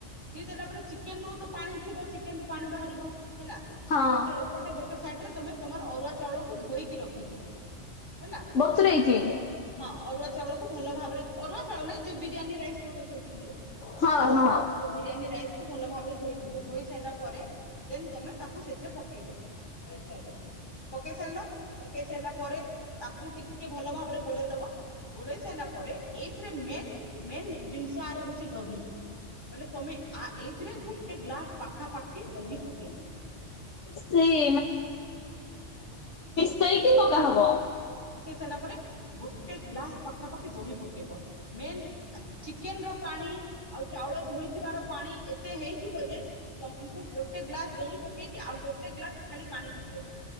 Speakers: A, on the left (about 40°); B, on the left (about 80°).
A: ଦି ଦେଲା ପରେ ଚିକେନ ରୁ ତ ପାଣି ଥିବ ଚିକେନ ରୁ ପାଣି ବାହାରିବ ହେଲା
B: ହଁ
A: ତାପରେ ଏପଟେ ଗୋଟେ ସାଇଡ ରେ ତମେ ତମର ଅରୁଆ ଚାଉଳକୁ ଧୋଇକି ରଖିଥିବ ହେଲା
B: ବତୁରେଇକି
A: ଅରୁଆ ଚାଉ ହଁ ଅରୁଆ ଚାଉଳକୁ ଭଲ ଭାବରେ ଅରୁଆ ଚାଉଳ ନାହିଁ ଯୋଉ ବିରିୟାନୀ ରାଇସ୍ ଯୋଉଟା କହୁଛନ୍ତି
B: ହଁ
A: ହେଲା
B: ହଁ
A: ସେ ବିରିୟାନୀ ରାଇସ୍ କୁ ଭଲ ଭାବରେ ଧୋଇଥିଵ ଧୋଇ ସାରିଲା ପରେ ଦେନ୍ ତମେ ତାକୁ ସେଥିରେ ପକେଇବ ପ୍ରେସରରେ ପକେଇ ସାରିଲ ପକେଇ ସାରିଲା ପରେ ତାକୁ ଟିକେ ଭଲ ଭାବରେ ଗୋଳେଇ ଦବ ଗୋଳେଇ ସେ ହେଲା ପରେ ଏଇଥିରେ ମେନ୍ ମେନ୍ ଜିନିଷ ଆର ହଉଛି ଦହି ବୋଇଲେ ତମେ ଆ ଏଇଥିରେ ଗୋଟେ ଗ୍ଲାସ ପାଖାପାଖି ଦହି ପକେଇବ
B: ସେଇ ସେଇକି <unintelligible> ହବ
A: ସିଲା ପରେ ଗୋଟେ ଗ୍ଲାସ ପାଖାପାଖି ଦହି ପକେଇବ ମେନ ଚିକେନ ର ପାଣି ଆଉ ଚାଉଳ ଧୋଇଥିବାର ପାଣି ଏତେ ହେଇଥିବ ଯେ ତମକୁ ଗୋଟେ ଗ୍ଲାସ ଦହି ପକେଇକି ଆଉ ଗୋଟେ ଗ୍ଲାସ ଖାଲି ପାଣି ପକେଇବ